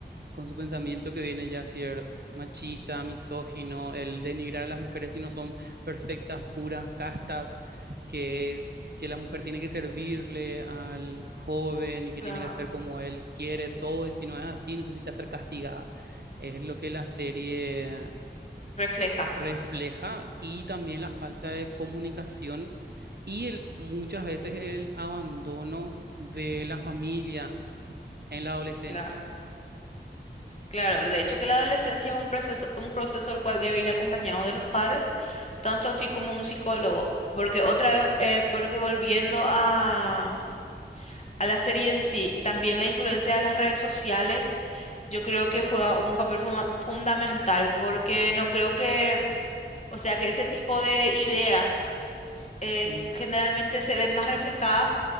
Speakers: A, on the right; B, on the left.
A: con su pensamiento que viene ya a ser machista, misógino, el denigrar a las mujeres si no son perfectas, puras, castas, que es que la mujer tiene que servirle al joven y que
B: claro,
A: tiene que hacer como él quiere todo y si no es así necesita ser castigada. Es lo que la serie
B: refleja.
A: refleja y también la falta de comunicación y el, muchas veces el abandono de la familia en la adolescencia.
B: Claro. Claro, de hecho que la adolescencia es un proceso, un proceso el cual debe ir acompañado de los padres, tanto así como un psicólogo, porque otra vez, eh, porque volviendo a, a la serie en sí, también la influencia de las redes sociales, yo creo que juega un papel fuma- fundamental, porque no creo que, o sea, que ese tipo de ideas eh,
A: Ujú.
B: generalmente se ven más reflejadas